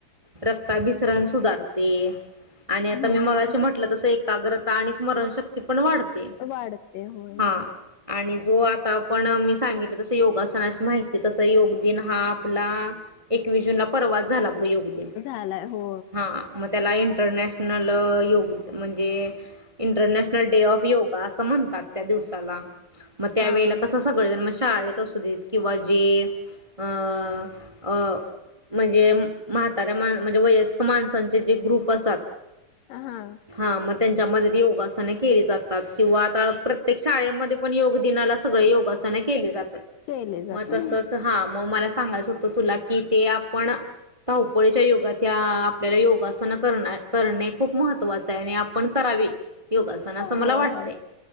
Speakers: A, on the right; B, on the left.
A: रक्ताभिसरण सुधारते, आणि
B: हम्म
A: आता मी
B: हम्म
A: मगे म्हटलं तस एकाग्रता आणि स्मरणशक्ती पण वाढते.
B: वाढते होय
A: हा
B: होय
A: आणि जो आता आपण मी सांगितलं तस योगासने माहिती तस योग दिन हा आपला एकवीस जून परवा झाला ह
B: झालाय हो
A: इ म्हणजे इंटरनॅशनल डे ऑफ योगा असं म्हणतात त्या दिवसाला मग त्यावेेळेला
B: हा हा
A: कसं सगळजण मग शाळेत असू देत किंवा जे अं अ म्हणजे म्हातऱ्या माणसाला म्हणजे वय माणचे जे ग्रुप अस
B: हा
A: हा मग त्यांच्या म योगासना केली जातात किंवा आता प्रत्येक शाळेमध्ये पण योग दिनाला सगळे योगासना केली जातात
B: केले जातात
A: मग तसच हा मग मला सांगायचं होतं तुला कि ते आपण धावपळीच्या युगात या आपल्याला योगासन कर करणे खूप महत् आपण करावीत योगासन असं मला
B: होय
A: वाटतय
B: होय